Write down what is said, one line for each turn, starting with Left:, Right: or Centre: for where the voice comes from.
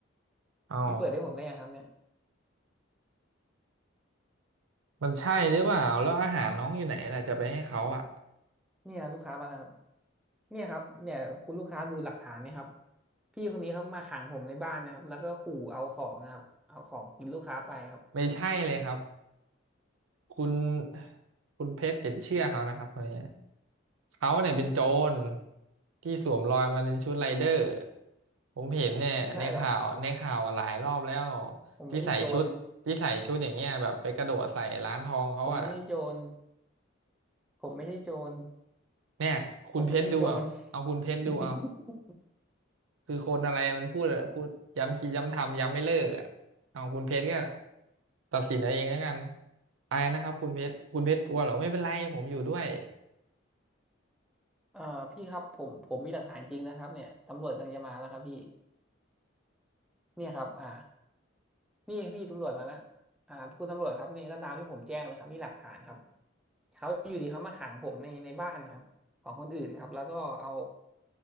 Right: อ้าว
Centre: พี่เปิดให้ผมได้ยังครับเนี่ย
Right: มันใช่หรือเปล่าแล้วอาหารน้องอยู่ไหนล่ะจะไปให้เขาอ่ะ
Centre: เนี่ยลูกค้ามาแล้วครับเนี่ยครับเนี่ยคุณลูกค้าดูหลักฐานเนะครับพี่คนนี้เขามาขังผมในบ้านนะครับแล้วก็ขู่เอาของนะครับเอาของกินลูกค้าไปครับ
Right: ไม่ใช่เลยครับ คุณคุณเพชรอย่าไปเชื่อเขานะครับคนนี้เขาเนี่ยเป็นโจรที่สวมรอยมาเป็นชุดไรเดอร์ผมเห็นเนี่ยในข่าวในข่าวหลายรอบแล้ว
Centre: ไม่ใช่หรอกผมไม่ใช่โจร
Right: ที่ใส่ชุดที่ใส่ชุดอย่างเงี้ยแบบไปกระโดดใส่ร้านทองเขาอะ
Centre: ผมไม่ใช่โจรผมไม่ใช่โจร
Right: เนี่ยคุณเพชรดูเอาเอาคุณเพชรดูเอา
Centre: ผมไม่ใช่โจร <laughs>
Right: คือคนอะไรมันพูดอะพูดย้ำคิดย้ำทำย้ำไม่เลิกอะเอาคุณเพชรก็ตัดสินเอาเองแล้วกันอะไปนะครับคุณเพชรคุณเพชรกลัวเหรอไม่เป็นไรผมอยู่ด้วย
Centre: เอ่อพี่ครับผมผมมีหลักฐานจริงนะครับเนี่ยตำรวจกำลังจะมาแล้วครับพี่เนี่ยครับอ่านี่พี่ตำรวจมาแล้วอ่าคุณตำรวจครับนี่ก็ตามที่ผมแจ้งเลยครับนี่หลักฐานครับเขาอยู่ดีเขามาขังผมในในบ้านครับของคนอื่นครับแล้วก็เอา